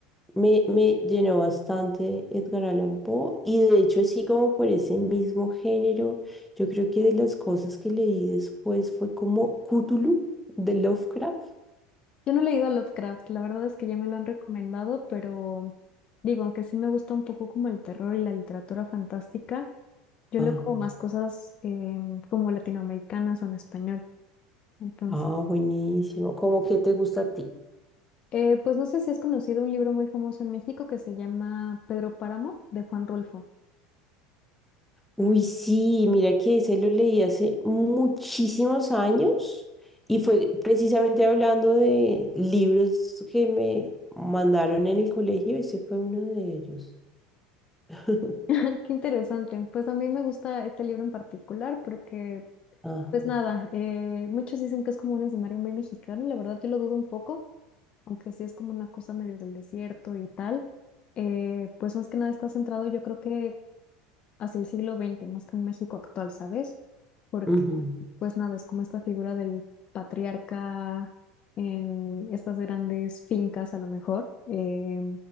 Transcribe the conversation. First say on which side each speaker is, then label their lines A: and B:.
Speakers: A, in the centre; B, on the left.
A: Me, me llenó bastante Edgar Allan Poe y de hecho así como por ese mismo género, yo creo que de las cosas que leí después fue como Cthulhu de Lovecraft.
B: Yo no he leído a Lovecraft, la verdad es que ya me lo han recomendado, pero digo, aunque sí me gusta un poco como el terror y la literatura fantástica, yo
A: Ah,
B: leo como más cosas em, como latinoamericanas o en español. Entonces,
A: ah, buenísimo. ¿Cómo que te gusta a ti?
B: eh, pues no sé si has conocido un libro muy famoso en México que se llama Pedro Páramo de Juan Rulfo.
A: Uy, sí, mira que ese lo leí hace muchísimos años y fue precisamente hablando de libros que me mandaron en el colegio, ese fue uno de ellos. <laughs>
B: <laughs> Qué interesante, pues a mí me gusta este libro en particular porque,
A: Ajá.
B: pues nada, eh, muchos dicen que es como un escenario muy mexicano, la verdad yo lo dudo un poco. aunque sí es como una cosa medio del desierto y tal, eh, pues más que nada está centrado yo creo que hacia el siglo XX, más que en México actual, ¿sabes? Porque
A: ujú.
B: pues nada, es como esta figura del patriarca en estas grandes fincas a lo mejor, eh,